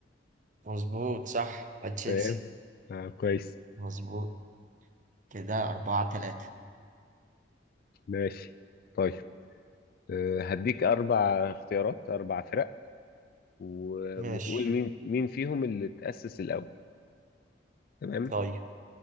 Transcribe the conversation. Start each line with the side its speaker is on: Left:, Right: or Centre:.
Right: مظبوط صح تشيلسي
Left: <laughs> تمام آه كويس
Right: مظبوط كده أربعة تلاتة
Left: ماشي طيب آه هديك اربع اختيارات اربع فرق و...
Right: ماشي
Left: وتقول مين مين فيهم اللي تأسس الاول تمام
Right: طيب